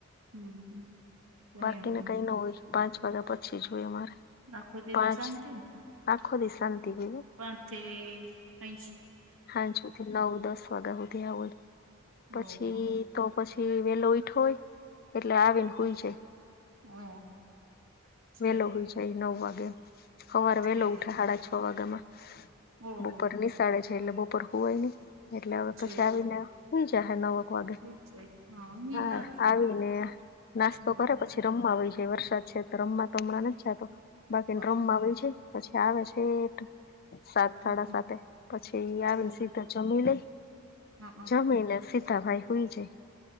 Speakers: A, on the right; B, on the left.
A: હમ હમ તો
B: બાકીને
A: અહીંયા
B: કઈ ન હોય પાંચ વાગ્યા પછી જોય અમારે
A: આખો દી
B: પાંચ
A: તો શાંતિ
B: આખો દી શાંતિ બીવું
A: પા થ અંચ
B: હા સુધથી નવ દસ વાગ્યા સુધી આવય પછી
A: ઓહો
B: તો પછી વેલો ઈઠો હોય એટલે આવે ને હોય જાય
A: હ છેક
B: વેલો હોય છે નવ વાગે સવારે
A: છેક
B: વેલો ઉઠે સાડા છ વાગ્યામાં
A: ઓહો
B: બપોર ની સાડા છ જેલે બપર હોું હોય નહી એટલે હવે પછી
A: છેક
B: આવીને હઈ જહે નવક વાગે
A: ઠીક છે
B: હા
A: ઈ હારું
B: આવીને નાસ્તો
A: હમ
B: કરે પછી રમવા હોય છે વરસાદ છે તો રમવા તો હમણાં નથી જાતો બાકીને રમવા
A: હમ
B: હોય છે પછી આવે છેટ સાત સાડા
A: હમ
B: સાતે પછી આવે
A: છેક
B: ને સીધ જમી લ
A: હઅ
B: જમી લ સીતાભાઈ હોય જાય